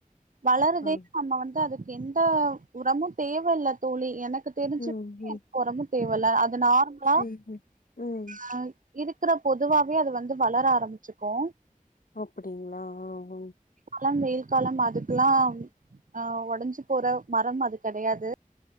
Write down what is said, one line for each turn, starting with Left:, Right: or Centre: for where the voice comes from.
Right: வளருதேனு
Left: ஆ
Right: நம்ம வந்து அதுக்கு எந்த உரமு தேவையில்ல தோழி எனக்கு தெரிஞ்சு
Left: ம் ம்
Right: எந்த ஓரமு தேவல்ல அது நார்மலா
Left: ம் ம் ம்
Right: அ இருக்கிற பொதுவாவே அது வந்து வளர ஆரம்பிச்சுக்கு
Left: அப்படிங்களா ஆ ஆ
Right: ல்லா வெயில் காலம் அதுக்குலா அ ஒடஞ்சு போற மரம் அது கிடையாது